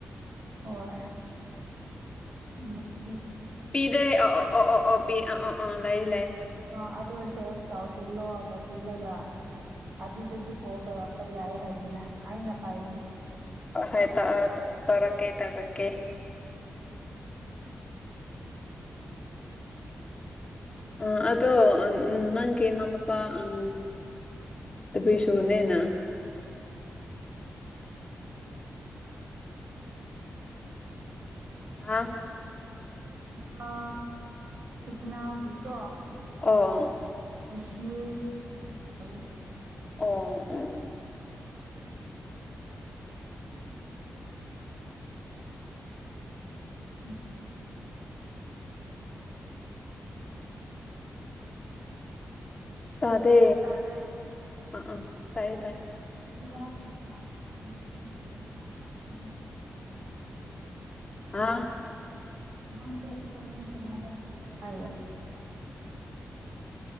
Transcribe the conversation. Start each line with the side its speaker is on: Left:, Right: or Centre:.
Right: ꯍꯣꯏ <unintelligible>
Left: ꯄꯤꯗꯦ ꯑ ꯑꯣ ꯑꯣ ꯑꯣ ꯄꯤ ꯑ ꯑ ꯑ ꯂꯩ ꯂꯩ
Right: ꯑꯣ ꯑꯗꯨ ꯁꯦꯕ ꯇꯧꯁꯤꯜꯂꯣ ꯇꯧꯁꯤꯜꯂꯒ ꯑꯗꯨꯗꯁꯨ ꯀꯣꯜ ꯇꯧꯔꯛꯄ ꯌꯥꯏ ꯍꯥꯏꯕꯅꯤꯗ ꯑꯩꯅ ꯄꯥꯏꯕꯅꯤ
Left: ꯑ ꯍꯣꯏ ꯇ ꯇꯧꯔꯛꯀꯦ ꯇꯧꯔꯛꯀꯦ ꯑ ꯑꯗꯣ ꯅꯪꯀꯤ ꯅꯅꯥꯎ ꯅꯨꯄꯥ ꯑꯪ ꯇꯕꯦꯁꯨꯅꯦꯅ
Right: <inaudible>
Left: ꯍꯥ
Right: ꯃꯥ ꯏꯛꯅꯥꯎꯒꯤ ꯀꯣ
Left: ꯑꯣꯡ
Right: ꯕꯤ ꯁꯤ ꯑꯦ ꯇꯧꯅꯤꯅ ꯇꯧꯔꯤꯌꯦ
Left: ꯑꯣꯡ ꯎꯪ
Right: <unintelligible>
Left: ꯇꯥꯗꯦ
Right: ꯇꯥꯗꯦ
Left: ꯑꯥ ꯑꯪ ꯇꯥꯏꯌꯦ ꯇꯥꯏꯌꯦ
Right: <unintelligible>
Left: ꯍꯥꯥ
Right: ꯅꯪꯁꯦ <unintelligible>